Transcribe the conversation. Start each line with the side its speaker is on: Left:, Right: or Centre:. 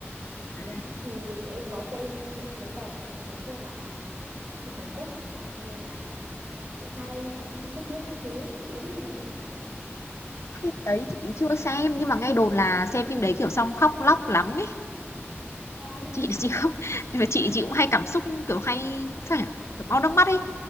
Right: Ở
Left: À,
Right: đấy thì em có xem mấy tập nói chung là phim Hàn Quốc mà thế nên là cũng hay cũng sướt mướt các thứ chị có biết phim này không
Left: phim đấy chị chưa xem nhưng mà nghe đồn là xem phim đấy, kiểu, xong khóc lóc lắm ý
Right: Vâng.
Left: Chị chị không nhưng mà chị chị cũng hay cảm xúc, kiểu, hay, sao nhỉ, kiểu, mau nước mắt ấy,